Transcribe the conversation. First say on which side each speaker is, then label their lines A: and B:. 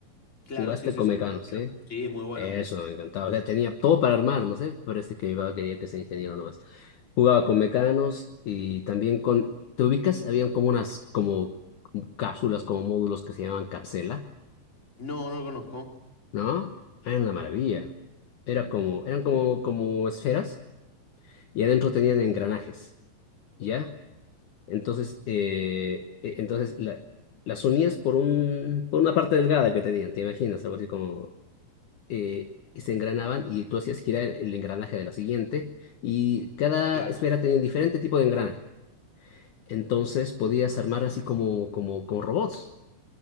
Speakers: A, on the left; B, on the left.
A: Claro,
B: Jugaste
A: sí, sí,
B: con
A: sí.
B: Mecanos, ¿eh?
A: Sí, muy bueno.
B: Eso, me encantaba. O sea, tenía todo para armar, no sé. Parece que mi papá quería que sea ingeniero nomás. Jugaba con mecanos y también con... ¿Te ubicas? Habían como unas como, como cápsulas, como módulos que se llamaban cápsula,
A: No, no lo conozco.
B: ¿no? Era una maravilla. Era como, eran como, como esferas y adentro tenían engranajes, ¿ya? Entonces, eh, e- entonces la- las unías por un, por una parte delgada que tenían, ¿te imaginas? Algo así como eh, se engranaban y tú hacías girar el engranaje de la siguiente y cada
A: Claro.
B: esfera tenía un diferente tipo de engranaje. Entonces podías armar así como, como, como robots.